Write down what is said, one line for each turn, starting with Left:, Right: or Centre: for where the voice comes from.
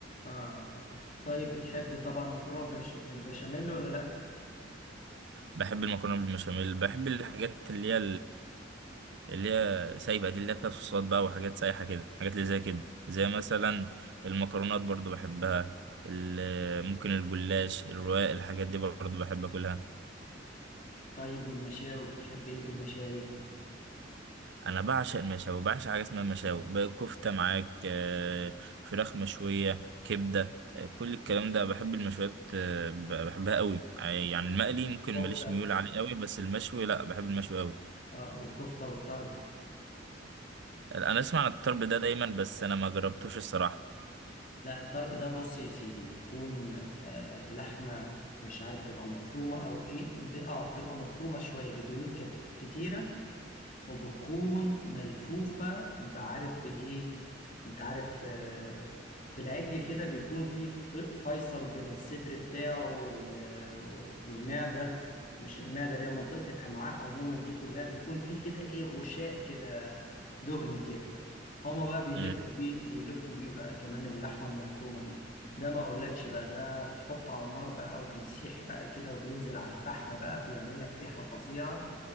Left: آه طيب بتحب طبعا مكرونة بش... بالبشاميل ولا لأ؟
Right: بحب المكرونه بالبشاميل بحب الحاجات اللي هي اللي هي سايبة دي اللي هي فيها صوصات بقى وحاجات سايحة كده حاجات اللي زي كده زي مثلا المكرونات برضو بحبها ال- ممكن الجلاش الرواق الحاجات دي برضو بحب اكلها
Left: طيب والمشاوي بتحب إيه في المشاوي؟
Right: انا بعشق المشاوي بعشق حاجة اسمها مشاوي بقى كفتة معاك آه، فراخ مشوية كبدة آه، كل الكلام ده بحب المشويات آه، ب- بحبها قوي آه، يعني المقلي ممكن
Left: كفتة
Right: ماليش ميول عليه قوي بس المشوي لا بحب المشوي قوي
Left: آه والكفتة والطرب
Right: انا اسمع عن الطرب ده دايما بس انا ما جربتوش الصراحة
Left: لا الطرب ده بص يا سيدي بيكون آه لحمة مش عارف بتبقى مفرومة أو إيه ب... آه بتبقى مفرومة شوية بدهون كث... كتيرة وبتكون ملفوفة بعارف بإيه أنت عارف آه، في العجل كده بيكون في ف- فيصل بين الصدر بتاعه وال- والمعدة مش المعدة اللي هي منطقة الأمعاء عموما دي كلها بيكون في كده إيه غشاء كده دهني كده هما بقى بيلفوا
Right: مم.
Left: بيه بيلفوا بيه بقى كمان اللحمة المفرومة دي ده ما اقولكش بقى ده بتحطه على النار بقى وبيسيح بقى كده وبينزل على الفحم بقى بيعمل لك ريحة فظيعة